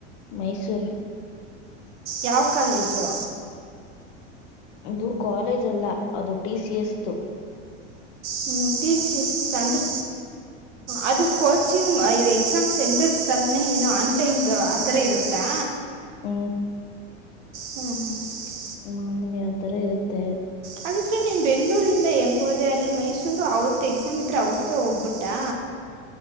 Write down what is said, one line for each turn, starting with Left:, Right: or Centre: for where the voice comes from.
Left: ಮೈಸೂರು
Right: ಯಾವ ಕಾಲೇಜು
Left: ಇದು ಕಾಲೇಜ ಅಲ್ಲ ಅದು ಟಿ ಸಿ ಎಸ್ ದು
Right: ಹ್ಮ ಟಿ ಸಿ ಎಸ್ ಅಂದ್ರೆ ಅದು <unintelligible> ಕೋಚಿಂಗ್ ಅಯ ಎಕ್ಸಾಮ್ ಸೆಂಟರ್ಸ್ ತರಾನೇ ಏನೋ ಆನ್ಲೈನ್ ಆತರ ಇರುತ್ತಾ
Left: ಹ್ಮ
Right: ಹ್ಮ್ ಹ್ಮ್ <inaudible> <unintelligible>
Left: ಮಾಮೂಲಿ ಆ ತರ ಇರುತ್ತೆ
Right: ಹಾಗಿದ್ರೆ ನೀನ್ ಬೆಂಗ್ಗಳೂರು <unintelligible> ದ ಹೆಂಗೋದೆ ಅಲ್ಲಿ ಮೈಸೂರು ಅವತ್ ಎಕ್ಸಾಮ್ ಇದ್ರೆ ಅವ್ರತ್ತೇ ಹೋಗ್ಬಿಟ್ಟಾ